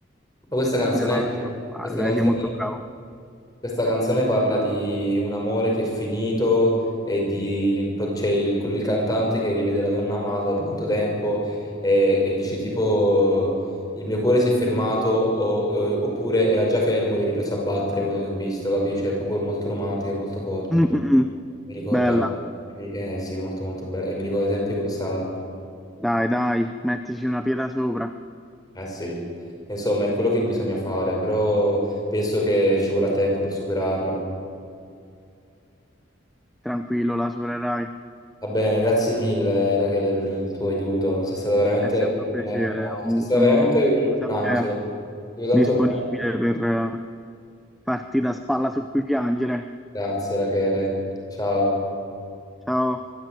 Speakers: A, on the left; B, in the centre.
A: Ma questa canzone,
B: No, non ti preoccupare,
A: questa
B: dai,
A: canzone
B: sei molto bravo. <laughs>
A: Questa canzone parla di un amore che è finito e di il, pro- c'è il, quello- il cantante che rivede la donna amata dopo tanto tempo e, e dice tipo il mio cuore si è fermato o- eh, oppure era già fermo ed è ripreso a battere quando ti ho visto, capisci? È proprio molto romantico e molto forte.
B: Mm, mm, mm.
A: Mi ricorda...
B: Bella,
A: Eh sì, è molto molto bello. E mi ricorda i tempi con Sara.
B: dai, dai, mettici una pietra sopra,
A: Eh sì. Insomma, è quello che bisogna fare, però penso che ci vorrà tempo per superarla.
B: tranquillo, la supererai.
A: Va bene, grazie mille Rachele per il tuo aiuto, sei stata veramente,
B: È sempre un piacere,
A: una- una-
B: uh,
A: sei stata
B: sono,
A: veramente un
B: sono sempre
A: angelo. Ti vedo
B: disponibile
A: tanto bene.
B: per eh, farti da spalla su cui piangere.
A: Grazie Rachele, ciao.
B: Ciao.